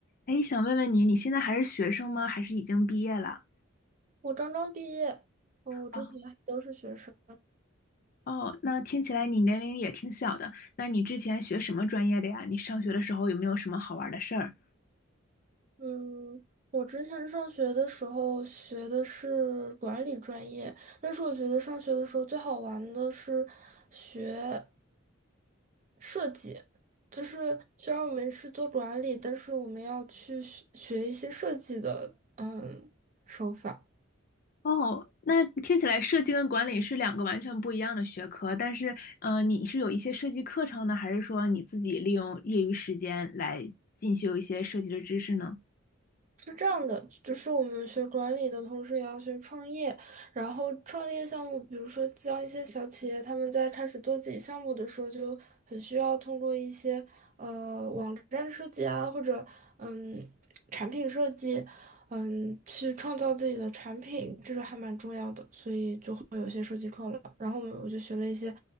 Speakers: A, on the left; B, on the right.
A: 哎，想问问你，你现在还是学生吗？还是已经毕业了？
B: 我刚刚毕业，嗯，我之前还都是学生，
A: 哦哦，那听起来你年龄也挺小的。那你之前学什么专业的呀？你上学的时候有没有什么好玩的事儿？
B: 嗯，我之前上学的时候学的是管理专业，但是我觉得上学的时候最好玩的是学设计，就是虽然我们是做管理，但是我们要去学学一些设计的，嗯，手法。
A: 哦，那听起来设计跟管理是两个完全不一样的学科，但是，呃，你是有一些设计课程呢，还是说你自己利用业余时间来进修一些设计的知识呢？
B: 是这样的，就是我们学管理的同时也要学创业，然后创业项目，比如说像一些小企业，他们在开始做自己项目的时候，就很需要通过一些呃网站设计啊，或者嗯产品设计，嗯去创造自己的产品，这个还蛮重要的，所以就会有一些设计课了。然后我们我就学了一些